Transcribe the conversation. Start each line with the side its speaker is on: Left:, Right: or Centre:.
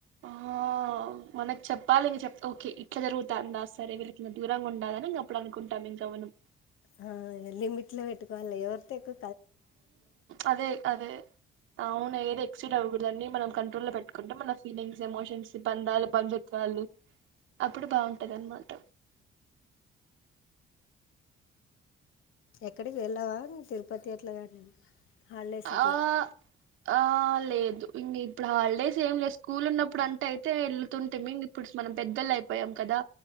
Right: ఆ మనకు చెప్పాలి ఇంక చెప్ ఓకే ఇట్లా జరుగుతా అంద సరే వీళ్ళకిింద దూరంగా ఉండాలని ఇంక అప్పుడు అనుకుంటాం ఇంకా మనం
Left: ఆ లిమిట్ లో పెట్టుకోవాల ఎవరితే ఎకు
Right: అదే అదే అవును ఏదె ఎగ్జిట్ అవ్వకూడదండి. మనం కంట్రోల్లో పెట్టుకుంటే మన ఫీలింగ్స్, ఎమోషన్స్, బంధాలు, బంధుత్వాలు. అప్పుడు బాగుంటది అన్నమాట
Left: ఎక్కడికి వెళ్ళావా నువ్ తిరుపతి అట్లా కానీ హాలిడేస్ అట్లా
Right: ఆ ఆ లేద్ ఇంగ ఇప్పుడు హాలిడేస్ ఏం లే, స్కూల్ ఉన్నప్పుడు అంటే అయితే వెళ్తుంటిమి. ఇంగ ఇప్పుడు మనం పెద్దలు అయిపోయాం కదా!